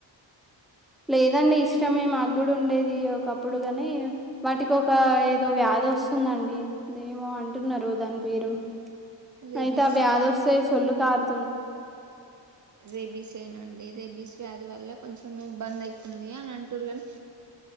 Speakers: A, in the centre; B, on the right (about 45°).
A: లేదండి ఇష్టమే మాకుగు ఉండేది ఒకప్పుడు గని వాటికి ఒక ఏదో వ్యాధి వస్తుందండి ఇదేమో అంటున్నారు దాని పేరు
B: రేబీస్
A: అయితే అ వ్యాధి వస్తే సొల్లు తారు
B: రేబీస్ ఏ నాండి రేబీస్ వ్యాధి వల్ల కొంచెం ఇబ్బంద్ అయితుంది అని అంటురు కానీ